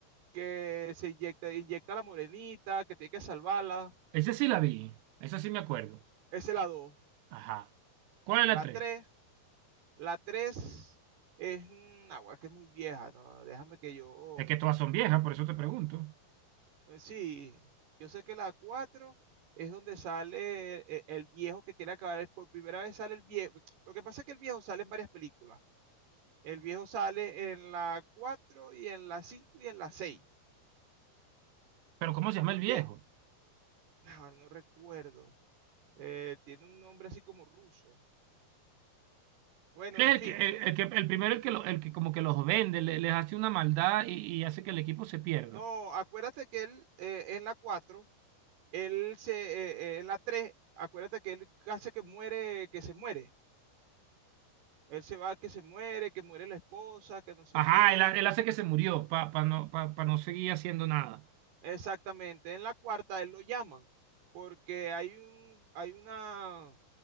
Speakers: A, on the right; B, on the right.
A: que se inyecta, inyecta a la morenita, que tiene que salvarla?
B: Esa sí la vi, esa sí me acuerdo.
A: Esa es la dos
B: Ajá. ¿Cuál es la
A: La
B: tres?
A: tres La 3 es una agua que es muy vieja, ¿no? Déjame que yo...
B: Es que todas son viejas, por eso te pregunto.
A: pues sí, yo sé que la 4 es donde sale e- el, viejo que quiere acabar. Por primera vez sale el viejo. Lo que pasa es que el viejo sale en varias películas. El viejo sale en la 4 y en la 5 y en la seis
B: Pero ¿cómo se llama
A: Porque,
B: el viejo?
A: ah, no, recuerdo. Eh, tiene un nombre así como ruso. Bueno,
B: Él es
A: en fin.
B: el que, el,
A: eh,
B: el que, el primero el que, lo- el que como que los vende, le- les hace una maldad y, y hace que el equipo se pierda.
A: no, acuérdate que él eh, en la cuatro Él se, eh, eh, en la 3, acuérdate que él hace que muere, que se muere. Él se va que se muere, que muere la esposa, que no sé
B: Ajá,
A: qué.
B: él, ha- él hace que se murió para no, pa, pa no seguir haciendo nada.
A: Exactamente. En la cuarta él lo llaman porque hay un, hay una,